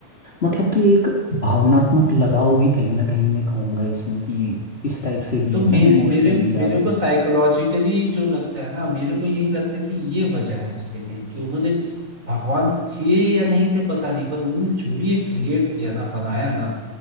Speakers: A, on the left; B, on the right.
A: मतलब कि एक भावनात्मक लगाव भी कहीं ना कहीं मैं कहूँगा इसमें कि इस टाइप से भी
B: तो मेरे
A: है ना इमोशनली
B: मेरे मेरे
A: आदमी
B: को साइकोलॉजिकली जो लगता है ना मेरे को यही लगता है कि ये वजह है इसके लिए कि उन्होंने भगवान थे या नहीं थे पता नहीं पर उन्होंने जो भी ये क्रिएट किया ना बनाया ना